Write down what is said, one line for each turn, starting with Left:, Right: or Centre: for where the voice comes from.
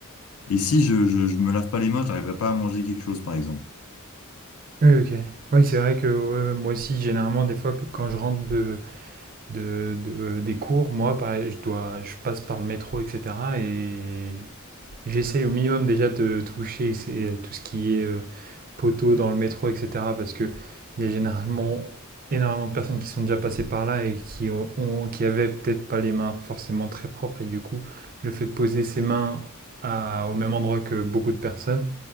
Left: Et si je je, je me lave pas les mains, j'arriverai pas à manger quelque chose par exemple.
Right: Oui, ok. Oui, c'est vrai que ouais, ouais, moi aussi, généralement, des fois, que- quand je rentre de, de, de- euh, des cours, moi, pareil, je, dois, je passe par le métro, etc. Et j'essaye au minimum déjà de toucher tout ce qui est euh, poteau dans le métro, etc. Parce qu'il y a généralement énormément de personnes qui sont déjà passées par là et qui, ont, qui avaient peut-être pas les mains forcément très propres. Et du coup, le fait de poser ses mains à- au même endroit que beaucoup de personnes,